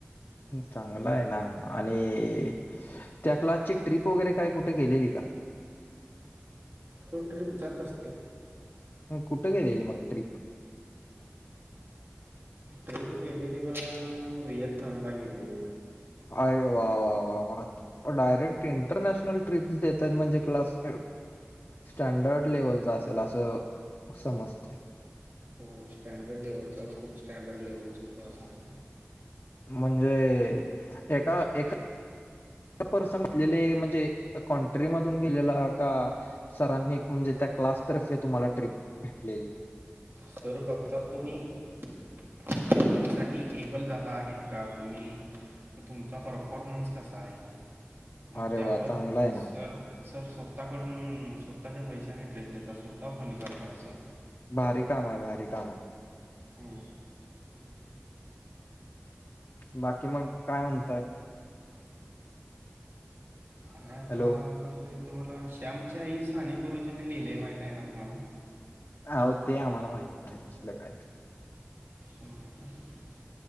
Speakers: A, on the left; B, on the right.
A: चांगला आहे ना आणि त्या क्लासची ट्रिप वगैरे काय कुठे गेलेली का.
B: तू ट्रीप जात असते.
A: अ, कुठे गेलेली मग ट्रिप?
B: तरी तू गेलेली बघ व्हिएतनाम ला गेलेली.
A: अरे वा वा वा वा डायरेक्ट इंटरनॅश ट्रिप्स देतात म्हणजे क्लास स्टँडर्ड लेवलचा असेल असं. समज.
B: खूप स्टँडर्ड लेव्हलचा खूप स्टँडर्ड लेव्हलचा तस.
A: म्हणजे एका एका. पर्सन घलेले म्हणजे कंट्री मधून गेलेला का. सरांनी म्हणजे त्या क्लासतर्फे तुम्हाला ट्रिप भेटलेली.
B: तर फघत तुम्ही. कंपनीसाठी एबल झाला आहेत का तुम्ही. तर तुमचा परफॉर्मन्स कसा आहे मग
A: अरे
B: त्यावर
A: वा चांगला आहे ना
B: सर. सर स्वतःकडून स्वतःच्या पैशांनी ट्रिप घेतात स्वतः फंड करतात सर.
A: भारी काम आहे भारी काम आहे.
B: हो.
A: बाकी मग काय म्हणताय.
B: काय आता
A: हॅलो
B: झा तुम्हाला श्यामच्या आई साने गुरुजीनी लिहिलेय माहिती आहे ना तुम्हाला.
A: हो ते आम्हाला माहित नाही तसलं काय.
B: कणाक <unintelligible>